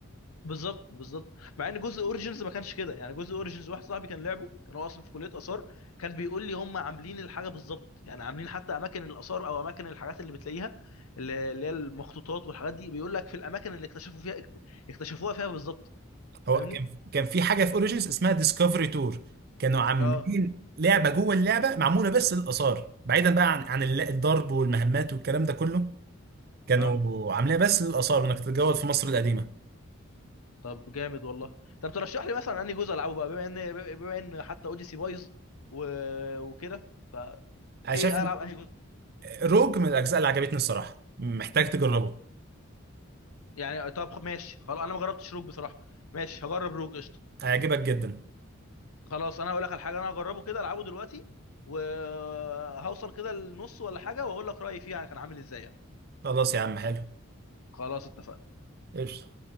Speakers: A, on the left; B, on the right.
A: بالظبط بالظبط مع ان جزء اوريجينز ما كانش كده يعني جزء اوريجينز واحد صاحبي كان لعبه كان هو اصلا في كليه اثار كان بيقول لي هم عاملين الحاجه بالظبط يعني عاملين حتى اماكن الاثار او اماكن الحاجات اللي بتلاقيها اللي اللي هي المخطوطات والحاجات دي بيقول لك في الاماكن اللي اكتشفوا فيها اكتشفوها فيها بالظبط
B: هو
A: فاهمني
B: كان كان في حاجه في اوريجينز اسمها ديسكفري تور كانوا عاملين
A: اه
B: لعبه جوه اللعبه معموله بس للاثار بعيدا بقى عن عن الل- الضرب والمهمات والكلام ده كله كانوا
A: اه
B: عاملينها بس للاثار وانك تتجول في مصر القديمه
A: طب جامد والله طب ترشح لي مثلا انهي جزء العبه بقى بما ان بما ان حتى اوديسي بايظ و... وكده
B: انا
A: فايه
B: شايف
A: العب انهي جزء
B: روج من الاجزاء اللي عجبتني الصراحه محتاج تجربه
A: يعني طب ماشي خلاص انا ما جربتش روج بصراحه ماشي هجرب روج قشطه
B: هيعجبك جدا
A: خلاص انا هقول لك على حاجه انا هجربه كده العبه دلوقتي وهوصل كده للنص ولا حاجه واقول لك رايي فيه يعني كان عامل ازاي يعني
B: خلاص يا عم حلو
A: خلاص اتفقنا
B: قشطه